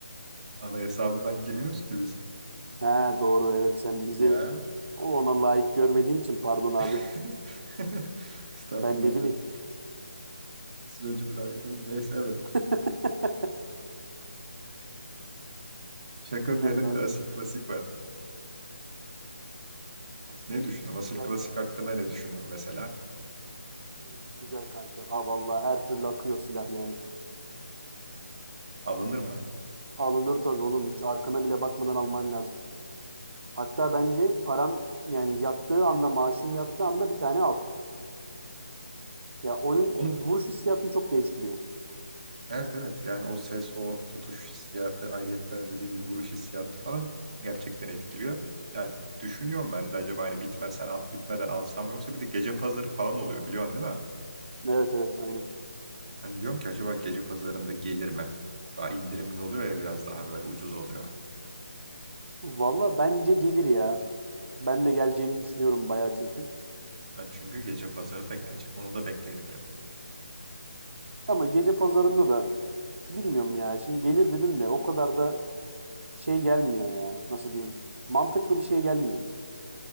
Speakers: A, on the right; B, on the right.
A: Ana hesabımdan girmiyoruz ki biz.
B: He doğru evet sen bizi
A: Ya.
B: ona layık görmediğin için pardon abi.
A: <laughs> Estağfurullah
B: Ben ne bileyim.
A: benim. Siz önce bir layık olun. Neyse evet.
B: <laughs>
A: Şaka
B: Ben
A: bir yana
B: nereden?
A: bir de asil klasik var.
B: Asıl
A: Ne düşünüyorsun?
B: klasik
A: Asil
B: güzel
A: klasik
B: ya.
A: hakkında ne düşünüyorsun mesela?
B: Asıl klasik güzel kanka. Ha vallahi her türlü akıyor silah yani.
A: Alınır mı?
B: Alınır tabii oğlum hiç arkana bile bakmadan alman lazım. Hatta bence paran yani yattığı anda, maaşın yattığı anda bir tane al. Ya oyun
A: Onu
B: vuruş
A: bi-
B: hissiyatını çok değiştiriyor.
A: evet evet yani o ses, o tutuş hissiyatı, ayrıyetten de dediğin gibi vuruş hissiyatı falan gerçekten etkiliyor. Ya düşünüyorum ben de acaba hani bitmesen al- bitmeden alsam yoksa bir de gece pazarı falan oluyor biliyorsun değil mi?
B: Evet evet aynen.
A: Hani diyorum ki acaba gece pazarında gelir mi? Daha indirimli oluyor ya biraz daha böyle ucuz oluyor.
B: Valla bence gelir ya. Ben de geleceğini düşünüyorum bayağı çünkü.
A: Ya çünkü gece pazarı da gelecek. Onu da bekleyebilirim.
B: Ama gece pazarında da bilmiyorum ya. Şimdi gelir dedim de o kadar da şey gelmiyor ya. Nasıl diyeyim? Mantıklı bir şey gelmiyor. <laughs>